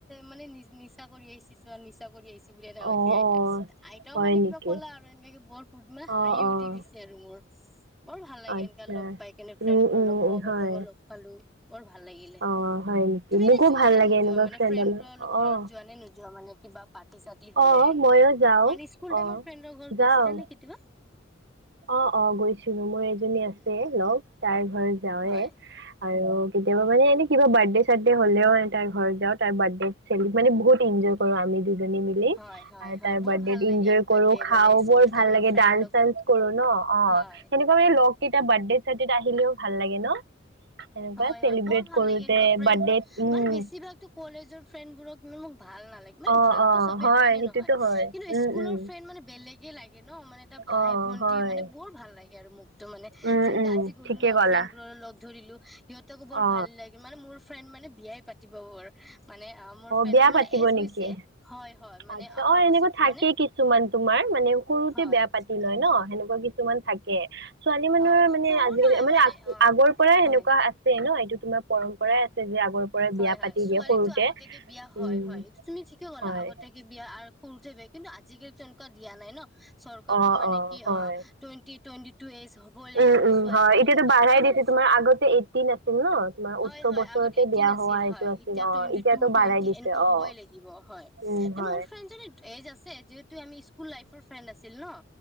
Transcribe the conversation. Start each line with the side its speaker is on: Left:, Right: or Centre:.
Centre: মানে নি-নিচা কৰি আহিছে। <unintelligible> নিচা কৰি আহিছ। <unintelligible>
Right: অ', অ'।
Centre: আইতাও
Right: হয়
Centre: মানে
Right: নেকি?
Centre: কিবা ক'লা আৰু এনেকাকে বৰ ফুৰ্ত লৈ মানে
Right: অ',
Centre: হাঁহি
Right: অ',
Centre: উঠি গেইছি আৰু মোৰ। বৰ ভাল লাগে
Right: আচ্ছা।
Centre: এনেকা লগ পাই কিনে ফ্ৰেণ্ডবোৰৰ
Right: উম, উম,
Centre: লগ বউহতকো
Right: উম, হয়।
Centre: লগ পালোঁ। বৰ ভাল লাগিলে,
Right: অ', হয় নেকি?
Centre: তুমি
Right: মোকো
Centre: এনে যোৱা
Right: ভাল
Centre: নে
Right: লাগে
Centre: নোযোৱা
Right: এনেকুৱা
Centre: মানে
Right: ফ্ৰেণ্ডৰ
Centre: ফ্ৰেণ্ডবোৰৰ
Right: লগত।
Centre: ঘৰত
Right: অ',
Centre: যোৱা নে নোযোৱা মানে? কিবা পাৰ্টি সাৰ্থি হ'লে
Right: অ',
Centre: এনেকুৱা,
Right: ময়ো যাওঁ।
Centre: মানে স্কুল
Right: অ'।
Centre: টাইমৰ ফ্ৰেণ্ডৰ ঘৰত
Right: যাওঁ।
Centre: গৈছিলা নে কেতিয়াবা?
Right: অ', অ, গৈছিলোঁ মোৰ এজনী আছে লগ, তাৰ ঘৰত যাওঁৱে।
Centre: হয়
Right: আৰু কেতিয়াবা মানে এনে কিবা বাৰ্থডে চাৰ্থডে হলেও তাৰ ঘৰত যাওঁ তাৰ বাৰ্থডে <unintelligible> মানে বহুদিন যিসকল আমি <unintelligible> মিলি মিলি,
Centre: হয় হয়
Right: আৰু
Centre: হয়
Right: তাৰ
Centre: বৰ
Right: বাৰ্থডেত
Centre: ভাল লাগে
Right: এনজয়
Centre: এনেকুৱাকে
Right: কৰো খাওঁ
Centre: মানে স্কুল
Right: বৰ ভাল
Centre: টাইমৰ
Right: লাগে
Centre: ফ্ৰেণ্ড
Right: ডান্স
Centre: লগ
Right: চানস শুনো ন' অ,
Centre: হয়
Right: সেনেকুৱা
Centre: হয়
Right: আমি লগকেইটা বাৰ্থডে-চাৰ্টডেত আহিলেও ভাল লাগে ন'? সেনেকুৱা
Centre: হয়,
Right: চেলিব্ৰেট
Centre: হয়, বৰ ভাল
Right: কৰোতে
Centre: লাগে, এনেকুৱা ফ্ৰেণ্ডবোৰক
Right: বাৰ্থডেত উম
Centre: মানে বেছিভাগতো কলেজৰ ফ্ৰেণ্ডবোৰক মোক ভাল নালাগে, মানে
Right: অ
Centre: ভালতো
Right: অ
Centre: চবে
Right: হয়
Centre: হয়নে
Right: সেইটোতো
Centre: নহয়?
Right: হয়
Centre: কিন্তু ইস্কুলৰ
Right: উম উম
Centre: ফ্ৰেণ্ড মানে বেলেগে লাগ ন' মানে এটা ভাই
Right: অ
Centre: ভন্টি
Right: হয়
Centre: মানে বৰ ভাল লাগে, আৰু মোকতো মানে
Right: উম
Centre: যেনেকা
Right: উম
Centre: আজি গ'লো
Right: ঠিকে
Centre: ন'
Right: ক'লা
Centre: ফ্ৰেণ্ডবোৰৰ লগ ধৰিলোঁ সিহঁতকো বৰ
Right: অ
Centre: ভাল লাগে, মানে মোৰ ফ্ৰেণ্ড মানে বিয়াই পাতিবৰ হ'ল। মানে অ', মোৰ ফ্ৰেডৰ
Right: বিয়া
Centre: মানে,
Right: পাতিব
Centre: এজ
Right: নেকি
Centre: হৈছে হয়, হয়, মানে
Right: আচ্ছা
Centre: অহা
Right: অ এনেকুৱা
Centre: বছৰটো
Right: থাকে
Centre: মানে
Right: কিছুমান তোমাৰ মানে সৰুতে
Centre: হয়
Right: বেয়া পাতি লয় ন' সেনেকুৱা কিছুমান থাকে। ছোৱালী মানুহৰ
Centre: হয়
Right: মানে
Centre: সৰু
Right: আজিকালি
Centre: নাই
Right: মানে আ
Centre: অ
Right: আগৰ পৰাই
Centre: হয়
Right: সেনেকুৱা আছে ন, এইটো তোমাৰ পৰম্পৰাই আছে। যে, আগৰ পৰাই
Centre: হয়
Right: বিয়া
Centre: হয়
Right: পাতি
Centre: ছোৱালীতো
Right: দিয়ে সৰুতে।
Centre: আগতীয়াকে বিয়া
Right: উম
Centre: হয়, হয়, এইটো তুমি ঠিকে ক'লা,
Right: হয়
Centre: আগতিয়াকৈ বিয়া আৰু সৰুতে বে, কিন্তু আজিকালি তেনেকুৱা দিয়া নাই ন। চৰকাৰৰ
Right: অ
Centre: মানে
Right: অ
Centre: কি
Right: হয়
Centre: আ, টুৱেন্টি, টুৱেন্টি টু এজ হ'বই লাগিব
Right: উম উম
Centre: ছোৱালী
Right: হয়
Centre: মানুহ
Right: এতিয়াতো
Centre: এনেকুৱা,
Right: বাঢ়াই
Centre: আৰু মোৰ
Right: দিছে তোমাৰ আগতে এইটিন আছিল ন তোমাৰ
Centre: হয়,
Right: ওঠৰ
Centre: হয়,
Right: বছৰতে
Centre: আগত এট
Right: বিয়া
Centre: টিন আছিল
Right: হোৱা এইটো
Centre: হয়,
Right: আছিল
Centre: এতিয়া
Right: অ
Centre: টুৱেন্টি
Right: এতিয়াতো
Centre: টু, টুৱেন্টি
Right: বাঢ়াই দিছে
Centre: এনেকা হ'বই
Right: অ
Centre: লাগিব হয়,
Right: উম
Centre: এ,
Right: হয়
Centre: মোৰ ফ্ৰেণ্ডজনী এ এইজ আছে যিহেতু আমি স্কুল লাইফৰ- ফ্ৰেণ্ড আছিল ন'